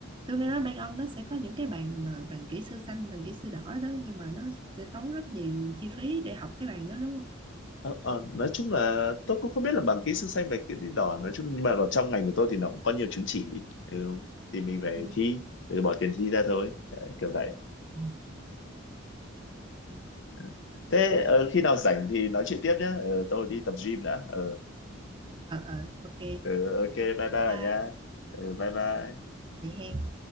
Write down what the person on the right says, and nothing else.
tôi nghe nói bên ông nó sẽ có những cái bàn mà bàn kỹ sư xanh bàn kỹ sư đỏ đó nhưng mà nó sẽ tốn rất nhiều chi phí để học cái bàn đó đúng không
Ừ.
ờ ờ
ờ, ờ, ok
bye
vậy ha.